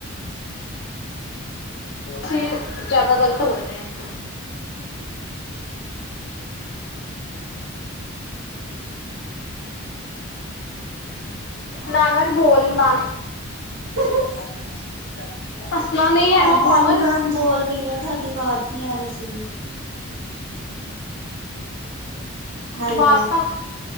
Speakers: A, on the left (about 60°); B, on the right (about 65°).
A: ਤੁਸੀਂ ਜਿਆਦਾ ਗ਼ਲਤ ਬੋਲ ਰਹੇ। <inaudible> ਨਾਨਕ ਬੋਲ ਨਾ।
B: ਉਰੇ, ਆ ਕੇ। ਮਸ਼ਕਰੀ ਕਰ ਓ।
A: ਹੱਸਣਾ ਨਹੀਂ ਹੈਗਾ
B: ਹਾਂਜੀ-ਹਾਂਜੀ,
A: ਪਾਗਲ
B: ਮੈਂ ਬੋਲ ਰਹੀ ਹਾਂ। ਤੁਹਾਡੀ ਆਵਾਜ਼ ਨੀ, ਆ ਰਹੀ ਸੀਗੀ।
A: ਆਵਾਜ਼
B: ਹੈਲੋ।
A: ਤਾਂ